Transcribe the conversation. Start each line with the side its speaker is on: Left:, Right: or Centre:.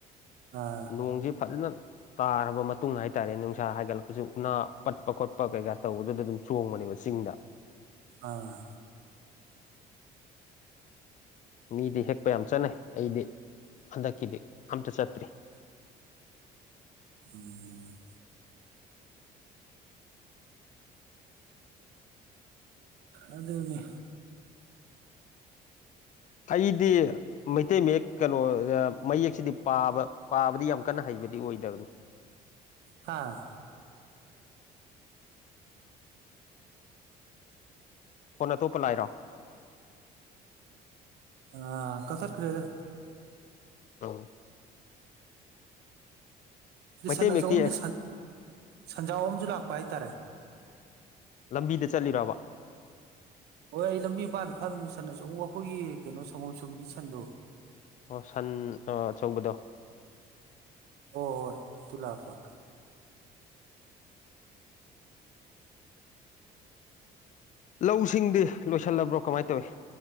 Right: ꯑꯥ
Left: ꯅꯣꯡꯁꯦ ꯐꯖꯅ ꯇꯥꯔꯕ ꯃꯇꯨꯡ ꯍꯥꯏꯇꯥꯔꯦ ꯅꯨꯡꯁꯥ ꯍꯥꯏꯒꯠꯂꯛꯄꯁꯨ ꯎꯅꯥ ꯄꯠꯄ ꯈꯣꯠꯄ ꯀꯩꯀꯥ ꯇꯧꯕꯗꯨꯗ ꯑꯗꯨꯝ ꯆꯣꯡꯕꯅꯦꯕ ꯆꯤꯡꯗ
Right: ꯑꯥ
Left: ꯃꯤꯗꯤ ꯍꯦꯛꯄ ꯌꯥꯝ ꯆꯠꯅꯩ ꯑꯩꯗꯤ ꯍꯟꯗꯛꯀꯤꯗꯤ ꯑꯝꯇ ꯆꯠꯇ꯭ꯔꯤ
Right: ꯎꯝ ꯑꯗꯨꯗꯅꯦ
Left: ꯑꯩꯗꯤ ꯃꯩꯇꯩ ꯃꯌꯦꯛ ꯀꯩꯅꯣ ꯃꯌꯦꯛꯁꯤꯗꯤ ꯄꯥꯕ ꯄꯥꯕꯗꯤ ꯌꯥꯝ ꯌꯥꯝ ꯀꯟꯅ ꯍꯩꯕꯗꯤ ꯑꯣꯏꯗꯕꯅꯤ
Right: ꯍꯥꯥ
Left: ꯀꯣꯟ ꯑꯇꯣꯄ ꯂꯥꯏꯔꯣ
Right: ꯑ ꯀꯁꯔ ꯀꯤꯔꯗ
Left: ꯑ
Right: ꯁꯤ
Left: ꯃꯩꯇꯩ
Right: ꯁꯅꯥ
Left: ꯃꯌꯦꯛꯇꯤ
Right: ꯆꯧꯍꯨꯝꯁꯨ ꯁꯟꯖꯥꯎ ꯑ ꯑꯃꯁꯁꯨ ꯂꯥꯛꯄ ꯍꯥꯏꯇꯥꯔꯦ
Left: ꯂꯝꯕꯤꯗ ꯆꯠꯂꯤꯔꯕ
Right: ꯍꯣꯏ ꯑꯩ ꯂꯝꯕꯤ ꯃꯄꯥꯟꯗ ꯐꯝꯃꯤꯕ ꯁꯟ ꯑꯆ ꯑꯩꯈꯣꯏꯒꯤ ꯀꯩꯅꯣ ꯁꯪꯒꯣꯝ ꯁꯨꯝꯕꯤ ꯁꯟꯗꯣ
Left: ꯑꯣ ꯁꯟ ꯑꯆꯧꯕꯗꯣ
Right: ꯑꯣ ꯍꯣꯏ ꯑꯗꯨ ꯂꯥꯛꯄ
Left: ꯂꯧꯁꯤꯡꯗꯤ ꯂꯣꯏꯁꯤꯜꯂꯕ꯭ꯔꯣ ꯀꯃꯥꯏꯅ ꯇꯧꯏꯤ